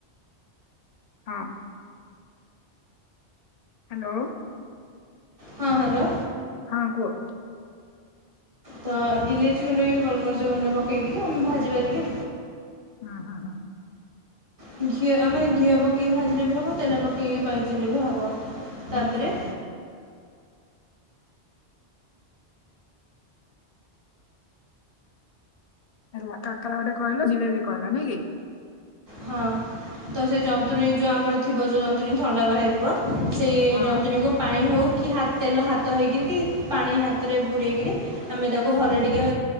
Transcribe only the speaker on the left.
ହଁ ହ୍ୟାଲୋ
ହଁ କୁହ।
ହୁଁ ହୁଁ ହୁଁ
ହୁଁ
ହୁଁ ହୁଁ ହେଲା କାକରା ଗୋଟେ କହିଲ ଜିଲେବି କହିଲା ନାଇଁ କି।
ହଁ
ହୁଁ